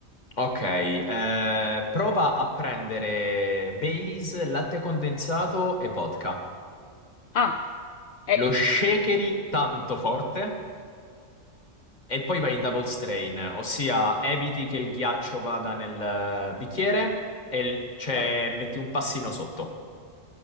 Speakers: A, on the left; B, on the left.
A: Ok, eh, prova a prendere Baileys, latte condensato e vodka.
B: Ah, eh,
A: Lo shakeri tanto forte e poi vai in double strain, ossia eviti che il ghiaccio vada nel eh, bicchiere e l- cioè,
B: o-
A: metti un passino sotto.